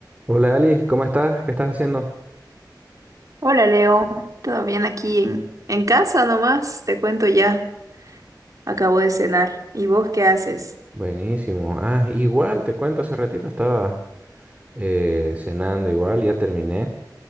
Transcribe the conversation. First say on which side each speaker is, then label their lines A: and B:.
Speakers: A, on the right; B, on the right.
A: Hola Ali, ¿cómo estás? ¿Qué estás haciendo?
B: Hola Leo, ¿todo bien aquí en, en casa nomás? Te cuento ya, acabo de cenar. ¿Y vos qué haces?
A: Buenísimo. Ah, igual, te cuento, hace ratito estaba eh, cenando igual, ya terminé,